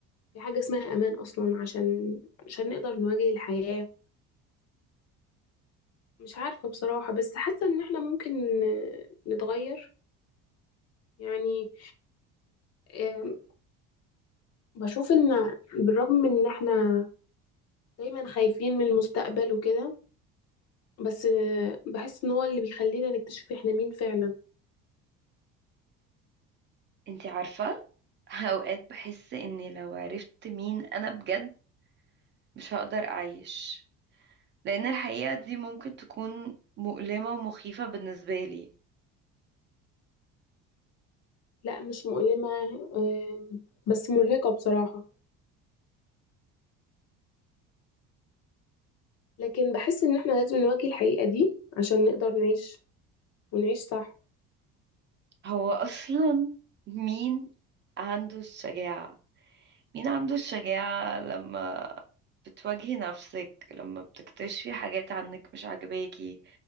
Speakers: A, on the left; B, on the right.
A: في حاجة اسمها امان اصلا عشان عشان نقدر نواجه الحياة مش عارفة بصراحة بس حاسة ان احنا ممكن آه، نتغير يعني آه، بشوف ان بالرغم ان احنا دايما خايفين من المستقبل وكده بس آه، بحس ان هو اللي بيخلينا نكتشف احنا مين فعلا
B: انتي عارفة اوقات بحس اني لو عرفت مين انا بجد مش هقدر اعيش لان الحقيقة دي ممكن تكون مؤلمة ومخيفة بالنسبة لي
A: لا مش مؤلمة آه، بس مرهقة بصراحة لكن بحس ان احنا لازم نواجه الحقيقة دي عشان نقدر نعيش ونعيش صح
B: هو اصلا مين عنده الشجاعة مين عنده الشجاعة لما بتواجهي نفسك لما بتكتشفي حاجات عنك مش عاجباكي